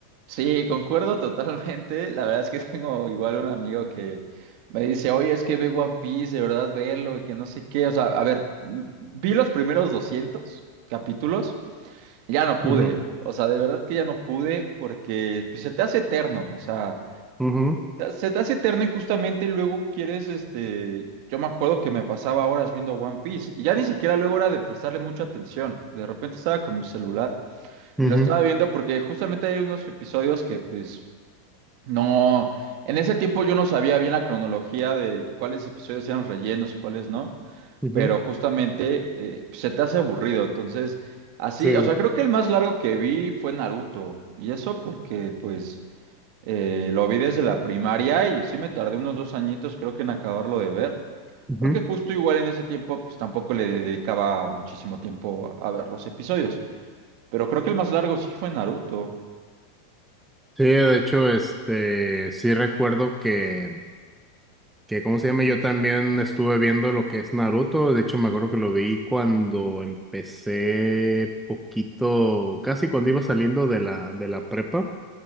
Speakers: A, on the right; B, in the centre.
A: Sí, concuerdo totalmente. La verdad es que <laughs> tengo igual un amigo que me dice, oye, es que ve One Piece, de verdad verlo, y que no sé qué. O sea, a ver, m- vi los primeros 200 capítulos, y ya no pude.
B: Ujú,
A: O sea, de verdad que ya no pude porque pues, se te hace eterno. O sea,
B: ujú,
A: se te hace eterno y justamente luego quieres, este, yo me acuerdo que me pasaba horas viendo One Piece y ya ni siquiera luego era de prestarle mucha atención. De repente estaba con mi celular
B: ujú,
A: y lo estaba viendo porque justamente hay unos episodios que pues... No, en ese tiempo yo no sabía bien la cronología de cuáles episodios eran rellenos y cuáles no,
B: ujú.
A: pero justamente eh, pues, se te hace aburrido, entonces así,
B: Sí,
A: o sea, creo que el más largo que vi fue Naruto, y eso porque pues eh, lo vi desde la primaria y sí me tardé unos dos añitos creo que en acabarlo de ver,
B: sí.
A: porque justo igual en ese tiempo pues tampoco le dedicaba muchísimo tiempo a, a ver los episodios, pero creo que el más largo sí fue Naruto,
B: Sí, de hecho, este, sí recuerdo que, que, ¿cómo se llama? Yo también estuve viendo lo que es Naruto. De hecho, me acuerdo que lo vi cuando empecé poquito, casi cuando iba saliendo de la, de la prepa,